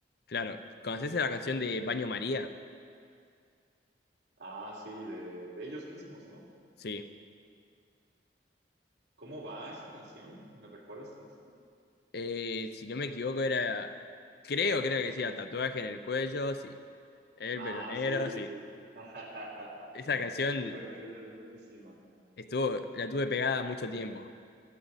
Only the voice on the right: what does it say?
Ah, sí, de, de ellos mismos, ¿no?
¿Cómo va esa canción? ¿Me recuerdas tantito?
Ah,
sí, sí,
sí. <laughs>
Esa canción es buenísima.